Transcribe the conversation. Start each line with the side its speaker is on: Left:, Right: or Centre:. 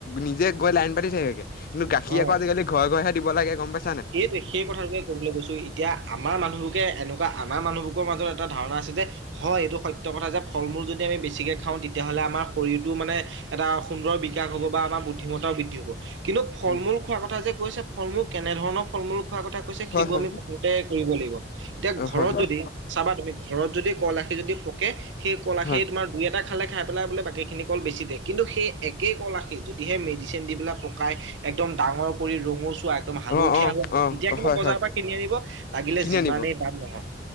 Left: নিজে গৈ লাইন পাতি থাকেগে গাখীৰ
Right: অ',
Left: আকৌ আজিকালি ঘৰ ঘৰহে দিব লাগে গ'ম পাইছে।
Right: সেইটোৱে সেই কথাটোকে ক'বলৈ গৈছো এতিয়া আমাৰ মানুহবোৰকে এনেকুৱা আমাৰ মানুহবোৰৰ মাজত এটা ধাৰণা আছে যে হয় এইটো সত্য কথা যে ফল মূল যদি আমি বেছিকে খাওঁ তেতিয়াহ'লে আমাৰ আমাৰ শৰীৰটো মানে এটা সুন্দৰ বিকাশ হ'ব বা আমাৰ বুদ্ধিমতাও বৃদ্ধি হ'ব। কিন্তু ফল
Left: উম,
Right: মূল খোৱাৰ কথা যে কৈছে। ফল মূল কেনেধৰণৰ ফল মূল খো কথা কৈছে
Left: হয়
Right: সেইবোৰ
Left: হয়।
Right: আমি ঘৰতে কৰিব লাগিব এতিয়া
Left: অ
Right: ঘৰত
Left: হয় হয়
Right: যদি চাবা তুমি ঘৰত যদি কল এৱাশি যদি পকে সেই কল আখি
Left: হয়
Right: তোমাৰ দুই এটা খালে খ খাই পেলায় বাকী খিনি কল বেছি দে কিন্তু সেই একে কল আশি যদিহে মেডিচিন দি পেলাই পকাই একদম। ডাঙৰ কৰি ৰঙোচোৱা। একদম হালধীয়া
Left: অ
Right: হৈ আছে,
Left: অ
Right: তেতিয়া
Left: অ
Right: কিন্তু
Left: হয়
Right: বজাৰৰ
Left: হয়
Right: পৰা কিনি আনিব লাগিলে
Left: কিনি
Right: যিমানেই
Left: আনিব।
Right: দাম নহওঁক।